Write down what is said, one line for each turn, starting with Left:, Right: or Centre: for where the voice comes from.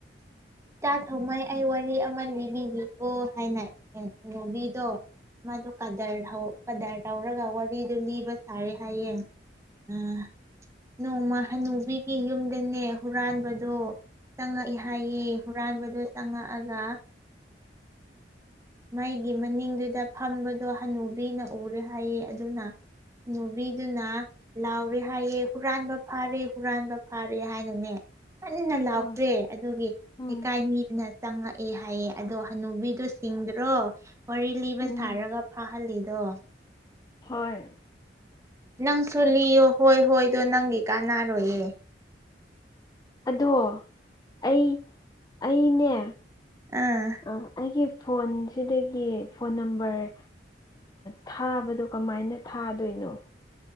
Right: ꯏꯇꯥ ꯊꯧꯃꯩ ꯑꯩ ꯋꯥꯔꯤ ꯑꯃ ꯂꯤꯕꯤꯒꯦꯀꯣ ꯍꯥꯏꯅ ꯍꯅꯨꯕꯤꯗꯣ ꯃꯥꯗ ꯀꯗꯔ ꯀꯗꯔ ꯇꯧꯔꯒ ꯋꯥꯔꯤꯗꯣ ꯂꯤꯕ ꯁꯥꯔꯦ ꯍꯥꯏꯌꯦ ꯎꯝ ꯅꯣꯡꯃ ꯍꯅꯨꯕꯤꯒꯤ ꯌꯨꯝꯗꯅꯦ ꯍꯨꯔꯥꯟꯕꯗꯣ ꯆꯪꯉꯛꯏꯦ ꯍꯥꯏꯌꯦ ꯍꯨꯔꯥꯏꯕꯗꯣ ꯆꯪꯉꯛꯑꯒ ꯃꯩꯒꯤ ꯃꯅꯤꯡꯗꯨꯗ ꯐꯝꯕꯗꯣ ꯍꯅꯨꯕꯤꯅ ꯎꯔꯦ ꯍꯥꯏꯌꯦ ꯑꯗꯨꯅ ꯅꯨꯕꯤꯗꯨꯅ ꯂꯥꯎꯔꯦ ꯍꯥꯏꯌꯦ ꯍꯨꯔꯥꯟꯕ ꯐꯥꯔꯦ ꯍꯨꯔꯥꯟꯕ ꯐꯥꯔꯦ ꯍꯥꯏꯅꯅꯦ ꯀꯟꯅ ꯂꯥꯎꯇ꯭ꯔꯦ
Left: ꯍꯣꯏ
Right: ꯑꯗꯨꯒꯤ
Left: ꯎꯝ
Right: ꯑꯅꯤꯗꯨꯅ ꯆꯪꯉꯛꯑꯦ ꯍꯥꯏꯌꯦ ꯑꯗꯣ ꯍꯅꯨꯕꯤꯗꫭ ꯁꯤꯡꯗ꯭ꯔꯣ ꯋꯥꯔꯤ ꯂꯤꯕ
Left: ꯎꯝ
Right: ꯁꯥꯔꯒ ꯐꯍꯜꯂꯤꯗꯣ
Left: ꯍꯣꯏ
Right: ꯅꯪ ꯁꯨ ꯂꯤꯌꯣ ꯍꯣꯏ ꯍꯣꯏꯗꯣ ꯅꯪꯒꯤ ꯀꯥꯟꯅꯔꯣꯏꯌꯦ
Left: ꯑꯗꯣ ꯑꯩ ꯑꯩꯅꯦ
Right: ꯑꯥ
Left: ꯑ ꯑꯩꯒꯤ ꯐꯣꯟꯁꯤꯗꯒꯤ ꯐꯣꯟ ꯅꯝꯕꯔ ꯊꯥꯕꯗꯣ ꯀꯃꯥꯏꯅ ꯊꯥꯗꯣꯏꯅꯣ